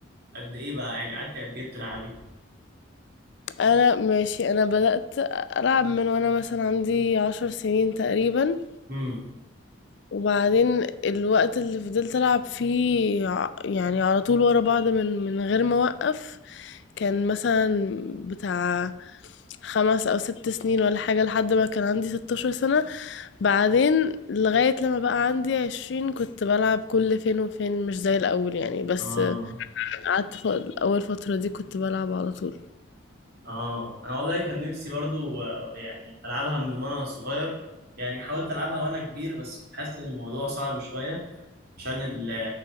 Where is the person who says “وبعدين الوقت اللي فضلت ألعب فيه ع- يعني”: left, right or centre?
Left